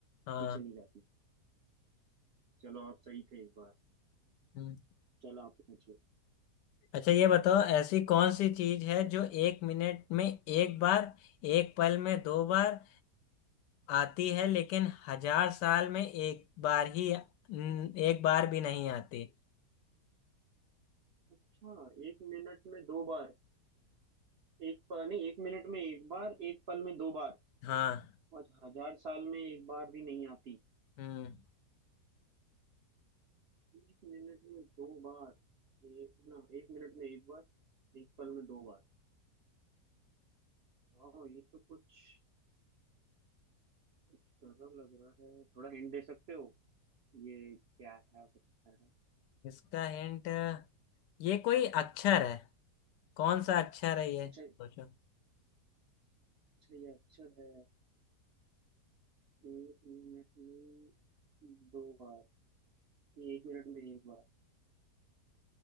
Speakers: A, on the left; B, on the right.
A: हाँ
B: पीछे नहीं जाती चलो आप सही थे एक बार
A: हम्म।
B: चलो आप पूछिए
A: अच्छा ये बताओ ऐसी कौन सी चीज है जो एक मिनट में एक बार एक पल में दो बार आती है लेकिन हजार साल में एक बार ही न- एक बार भी नहीं आती
B: अच्छा एक मिनट में दो बार एक पल नहीं एक मिनट में एक बार एक पल में दो बार
A: हाँ
B: और हजार साल में एक बार भी नहीं आती
A: हम्म
B: एक मिनट में दो बार एक ना एक मिनट में एक बार एक पल में दो बार वाह ये तो कुछ कुछ गजब लग रहा है थोड़ा हिंट दे सकते हो ये क्या है हो सकता है
A: इसका हिंट ये कोई अक्षर है कौन सा अक्षर है ये
B: अच्छा
A: सोचो
B: अच्छा ये अक्षर है एक मिनट में दो बार एक मिनट में एक बार